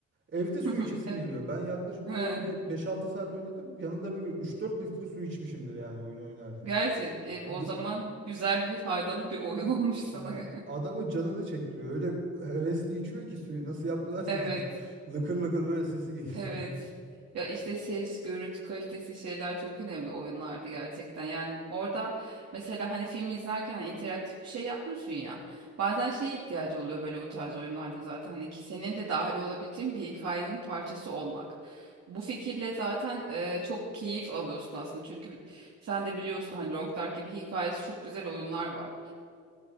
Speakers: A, on the right (about 40°); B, on the right (about 60°).
A: Evde
B: <laughs>
A: su içesin
B: Evet.
A: geliyor. Ben yaklaşık o
B: Ha,
A: oyunu bir beş altı saat oynadım. Yanında böyle üç dört litre su içmişimdir yani oyunu oynarken.
B: gerçek. E, o
A: Ge-
B: zaman güzel bir faydalı bir oyun <laughs> olmuş sana.
A: Ya
B: <laughs>
A: adamın canını çektiriyor. Öyle hevesli içiyor ki suyu. Nasıl yaptılarsa
B: Evet.
A: ses. Lıkır lıkır böyle sesi geliyor.
B: Evet.
A: <laughs> ya.
B: Ya işte ses, görüntü kalitesi şeyler çok önemli oyunlarda gerçekten. Yani orada mesela hani filmi izlerken hani, interaktif bir şey yapmıyorsun ya. Bazen şeye ihtiyacı oluyor böyle bu tarz oyunlarda zaten hani ki senin de dahil olabildiğin bir hikayenin parçası olmak. Bu fikirle zaten e, çok keyif alıyorsun aslında. Çünkü sen de biliyorsun hani Long Dark gibi hikayesi çok güzel oyunlar var.